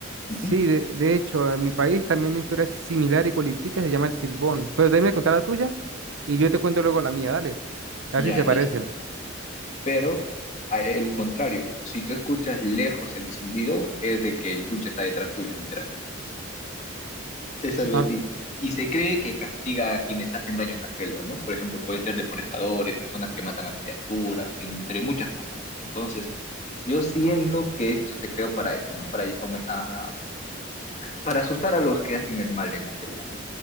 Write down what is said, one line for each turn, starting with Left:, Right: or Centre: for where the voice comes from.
Right: sí,
Left: Ujú.
Right: de, de hecho, en mi país también una historia similar y cualitica se llama el Silbón. Pero déjame contar la tuya y yo te cuento luego la mía, dale. A
Left: Ya,
Right: ver si se
Left: listo.
Right: parecen.
Left: Pero a- el contrario, si tú escuchas lejos el silbido, es de que el tunche está detrás tuyo, literal. Es algo
Right: Ah,
Left: así. Y se cree que castiga a quienes hacen daño a la selva, ¿no? Por ejemplo, puede ser deforestadores, personas que matan a criaturas, entre muchas cosas, ¿no? Entonces, Yo siento que esto se creó para eso, ¿no? Para, aume- a- para asustar a los que hacen el mal en la selva, ¿no?